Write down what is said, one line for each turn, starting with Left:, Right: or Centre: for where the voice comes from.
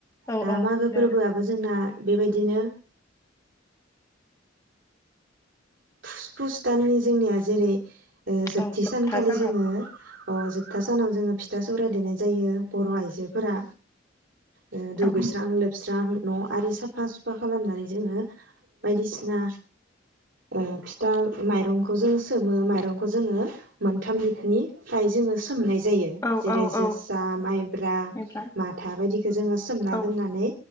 Left: औ
Right: दा
Left: औ
Right: मागो
Left: दे
Right: फोरबोआबो जोंना बे बायदिनो फुस फुस दाननि जोंनिया जेरै ओ जोबथि
Left: औ जोबथा
Right: सानखालि
Left: सानाव
Right: जोङो, अ जोबथा सानाव जोङो फिथा सौराय देनाय जायो बर' आइजोफोरा, ओ दुगैस्रां
Left: औ
Right: लोबस्रां न' आरि साफा सुफा खालामनानै जोङो बायदिसिना, ओ फिथा माइरंखौ जोङो सोमो माइरंखौ जोङो मोनथाम लिटनिफ्राय जोङो सोमनाय जायो
Left: औ
Right: जेरै
Left: औ
Right: जोसा
Left: औ
Right: माइब्रा
Left: बेनिफ्राय
Right: माथा बायदिखौ जोङो सोमना
Left: औ
Right: दोननानै,